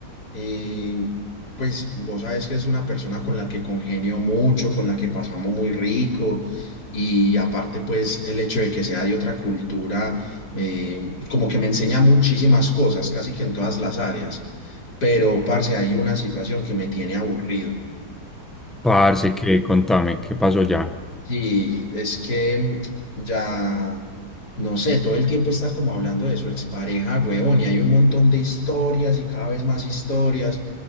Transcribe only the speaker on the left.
eh, pues vos sabes que es una persona con la que congenio mucho, con la que pasamos muy rico y aparte pues el hecho de que sea de otra cultura, eh, como que me enseña muchísimas cosas, casi que en todas las áreas, pero parce, hay una situación que me tiene aburrido
sí es que ya, no sé, todo el tiempo está como hablando de su expareja, huevón, y hay un montón de historias y cada vez más historias.